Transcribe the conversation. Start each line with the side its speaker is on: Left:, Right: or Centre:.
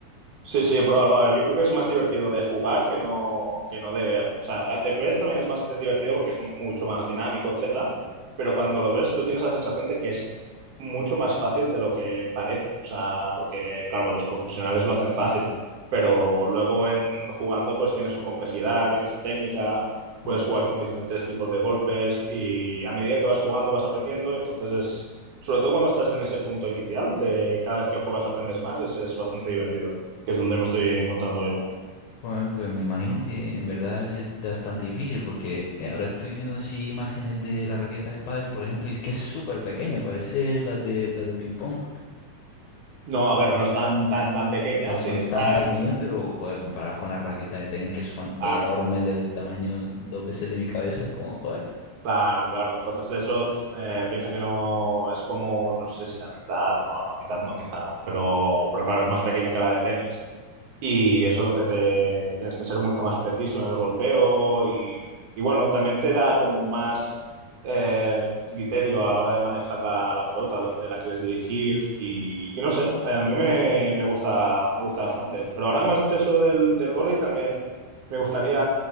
Right: Sí, sí, pruébalo. A ver, yo creo que es más divertido de jugar que no, que no de ver. O sea, de ver también es más, es divertido porque es mucho más dinámico, etcétera. Pero cuando lo ves, tú tienes la sensación de que es mucho más fácil de lo que parece. O sea, porque, claro, los profesionales lo hacen fácil. Pero luego en jugando, pues tiene su complejidad, tiene su técnica,
Left: Bueno,
Right: puedes
Left: Pues,
Right: jugar con diferentes tipos de golpes y a medida que vas jugando vas aprendiendo. Entonces es, sobre todo cuando estás en ese punto inicial, de cada vez que juegas aprendes más, es es bastante divertido que es donde me estoy encontrando yo.
Left: pues- pues me imagino que en verdad es bastante difícil porque eh, ahora estoy viendo así imágenes de la raqueta de pádel, por ejemplo, y es que es súper pequeña, parece la de la de ping pong.
Right: No, a ver, no es tan, tan, tan
Left: Hombre,
Right: pequeña,
Left: No son
Right: sí que
Left: tan
Right: está
Left: pequeñas,
Right: en...
Left: pero joder, comparada con las raquetas de tenis que son
Right: Claro,
Left: enormes del tamaño dos veces de mi cabeza, es como joder.
Right: claro, claro. Entonces eso eh, piensa que no es como, no sé si la mitad, no, la mitad no quizá, pero, pero claro, es más pequeña que la de tenis. Y eso es lo que te tienes que ser mucho más preciso en el golpeo y, y bueno, también te da como más eh, criterio a la hora de manejar la, la pelota, dónde la quieres dirigir y, y no sé, eh, a mí me, me gusta, me gusta bastante. Pero ahora que me has dicho eso del, del vóley también me gustaría